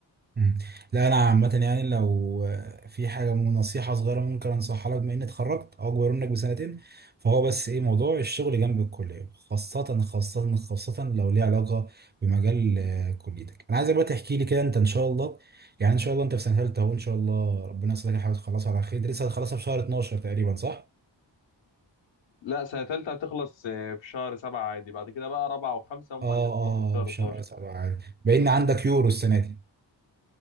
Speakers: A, on the right; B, on the left.
A: مم. لا انا عامه يعني لو في حاجه م- نصيحه صغيره ممكن انصحها لك بما اني اتخرجت او اكبر منك بسنتين فهو بس ايه موضوع الشغل جنب الكليه خاصه خاصه خاصه لو ليه علاقه بمجال آه، كليتك انا عايزك بقى تحكي لي كده انت ان شاء الله يعني ان شاء الله انت في سنه ثالثه اهو ان شاء الله ربنا يسهلك الحاجه تخلصها على خير أنت لسه هتخلصها في شهر 12 تقريبا صح
B: لا سنه ثالثه هتخلص آه، في شهر سبعة عادي بعد كده بقى رابعه وخمسه هم
A: اه
B: اللي بيخلصوا
A: اه
B: في شهر
A: في
B: 12
A: شهر 7 عادي باين عندك يورو السنه دي